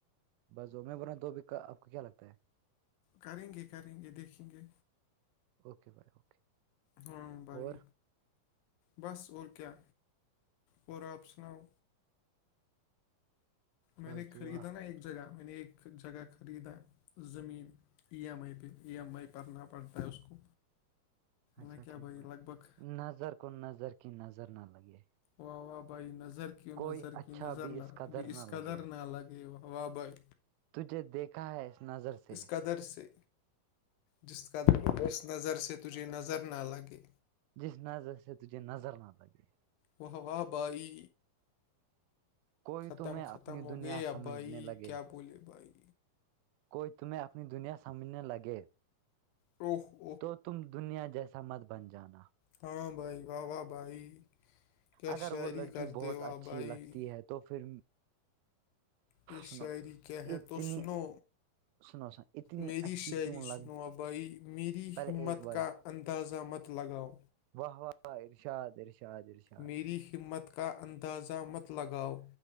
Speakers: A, on the right; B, on the left.
A: بس ا میں بنا دو ب کا آپ کو کیا لگتا ہے
B: کریں گے کریں گے دیکھیں گے
A: اوکے بائے اوکے
B: ہاں بھائی
A: اور
B: بس اور کیا اور آپ سناؤ میں
A: بس
B: نے
A: دعا
B: خریدا نا ایک جگہ میں نے ایک جگہ خریدا زمین ایم آئی پہ ایمئی پ پرننا پڑتا ہے اس کو
A: اچھا
B: میں کیا
A: ٹھیک
B: بھائی
A: ب
B: لگ بھگ
A: نظر کو نظر کین نظر نہ لگے
B: واہ واہ بھائی نظر کیوں
A: کوئی
B: نظر
A: اچھا
B: کی نظر
A: بھی اس
B: نہب
A: قدر
B: اس
A: نہ
B: قدر
A: لگے
B: نہ الگ و واہ بھائی
A: تجھے دیکھا ہے اس نظر سے
B: اس قدر سے جس قدر اس نظر سے تجھے نظر نہ لگے
A: جس نظر سے تجھے نظر نہ لگے
B: وو بائی
A: کوئی
B: ختم
A: تمہیں اپنی
B: ختم ہو
A: دنیا
B: گئے اببھائی
A: سمجھنے لگے
B: کیا بولے بھائی
A: کوئی تمہیں اپنی دنیا سمجھنے لگے
B: ا
A: تو تم دنیا جیسا مت بن جانا
B: ہاں بھائی واہ واہ بھائی کیا
A: اگر
B: شاعری
A: وہ لڑکی
B: کرتے
A: بہت
B: ہو
A: اچھی
B: آپ بھائی
A: لگتی ہے تو پھر
B: یہ
A: سنو
B: شاعری کیا ہے
A: اتنی
B: تو سنو
A: سنو سن اتنی
B: میری
A: اچھی
B: شاعری
A: کیوں لگ
B: سنوا بھائی میری
A: پہلے
B: ہمت
A: ایک بھائی
B: کا انداز مت لگاؤ
A: واہ واہ ارشاد ارشاد ارشاد
B: میری ہمت کا اندازہ مت لگاؤ